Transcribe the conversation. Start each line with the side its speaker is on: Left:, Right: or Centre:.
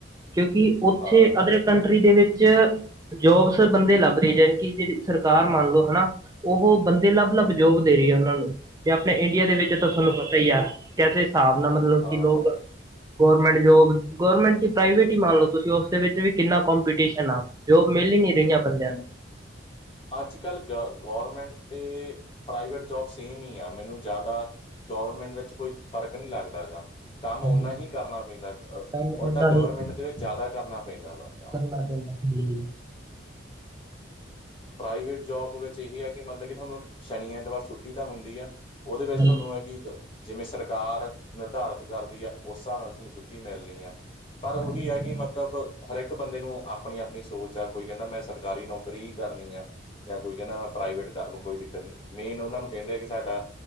Right: ਕਿਉ ਕਿ ਉੱਥੇ
Left: ਹਾਂ ਹਾਂ
Right: ਅਦਰ ਕੰਟਰੀ ਦੇ ਵਿੱਚ ਜੋਬਸ ਬੰਦੇ ਲੱਭ ਰਹੇ ਜਾ ਕਿ ਜਿਹੜੀ ਸਰਕਾਰ ਮੰਨ ਲਓ ਹਨਾ। ਉਹ ਬੰਦੇ ਲੱਭ -ਲੱਭ ਜੋਬ ਦੇ ਰਹੀ ਹੈ। ਉਹਨਾਂ ਨੂੰ ਤੇ ਆਪਣੇ ਇੰਡੀਆ ਦੇ ਵਿੱਚ ਤਾਂ ਤੁਹਾਨੂੰ ਪਤਾ ਹੀ ਆ ।ਕੈੇਸੇ ਹਿਸਾਬ ਨਾਲ ਮਤਲਬ
Left: ਹਾਂ
Right: ਕਿ ਲੋਕ ਗੌਰਰਮੈਂਟ ਜੋਬ, ਗੌਰਰਮੈਂਟ ਕਿ ਪ੍ਰਾਈਵੇਟ ਹੀ ਮੰਨ ਲਓ ਤੁਸੀਂ। ਉਸਦੇ ਵਿੱਚ ਵੀ ਕਿੰਨਾ ਕੰਪੀਟੀਸ਼ਨ ਆ। ਜੋਬ ਮਿਲੀ ਨੀ ਰਹੀਆਂ ਬੰਦਿਆਂ ਨੂੰ
Left: ਅੱਜ -ਕੱਲ੍ਹ ਗ ਗੌਰਮੈਂਟ ਤੇ ਪ੍ਰਾਈਵੇਟ ਜੋਬ ਸੇਮ ਹੀ ਆ ਮੈਨੂੰ ਜ਼ਿਆਦਾ ਗਵੌਰਮੈਂਟ ਵਿੱਚ ਕੋਈ ਫ਼ਰਕ ਨਹੀ ਲੱਗਦਾ ਹੈ ਗਾ। ਕੰਮ ਓਨਾ
Right: ਹਾਂਜੀ,
Left: ਹੀ ਕਰਨਾ ਪੈਂਦਾ
Right: ਕੰਮ
Left: ।ਉਲਟਾ
Right: ਓਨਾ
Left: ਗਵਰਮੈਂਟ
Right: ਹੀ
Left: ਦੇ ਵਿੱਚ ਜ਼ਿਆਦਾ ਕਰਨਾ ਪੈਂਦਾ ਵਾ ਕੰਮ
Right: ਕਰਨਾ ਪੈਂਦਾ ਠੀ
Left: ਪ੍ਰਾਈਵੇਟ ਜੋਬ ਵਿੱਚ ਇਹੀ ਹੈ। ਕਿ ਮਤਲਬ ਕਿ ਤੁਹਾਨੂੰ ਸ਼ਨੀ ਐਤਵਾਰ ਛੁੱਟੀ ਤਾਂ ਹੁੰਦੀ ਆ ਉਹਦੇ ਵਿੱਚ
Right: ਹਾਂਜੀ
Left: ਤੁਹਾਨੂੰ ਹੈ ।ਕਿ ਜਿਵੇਂ ਸਰਕਾਰ ਨਿਰਧਾਰਤ ਕਰਦੀ ਆ ਉਸ ਹਿਸਾਬ ਨਾਲ ਤੁਹਾਨੂੰ ਛੁੱਟੀ ਮਿਲਣੀ ਆ ਪਰ ਉਹੀ
Right: ਹਾਂਜੀ।
Left: ਹੈ ਕਿ ਮਤਲਬ ਹਰ ਇੱਕ ਬੰਦੇ ਨੂੰ ਆਪਣੀ -ਆਪਣੀ ਸੋਚ ਜਾਂ ਕੋਈ ਕਹਿੰਦਾ ਮੈਂ ਸਰ ਸਰਕਾਰੀ ਨੌਕਰੀ ਹੀ ਕਰਨੀ ਹੈ। ਜਾਂ ਕੋਈ ਕਹਿੰਦਾ ਮੈਂ ਪ੍ਰਾਈਵੇਟ ਨੂੰ ਕੋਈ ਦਿੱਕਤ ਨੀ ਮੇਨ ਉਹਨਾਂ ਨੂੰ ਕਹਿੰਦੇ ਆ ਕਿ ਸਾਡਾ